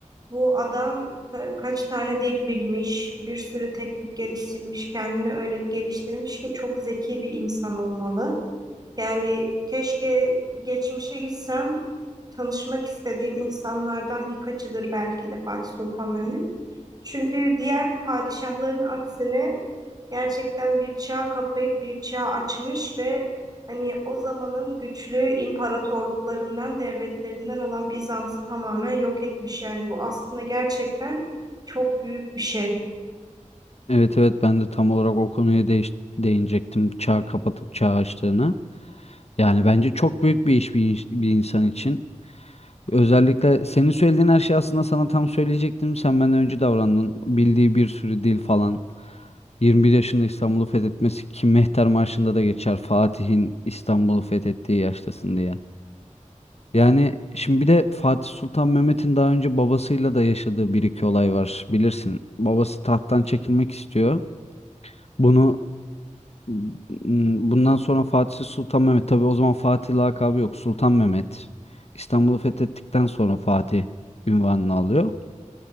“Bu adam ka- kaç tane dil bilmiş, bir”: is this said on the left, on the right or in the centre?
Right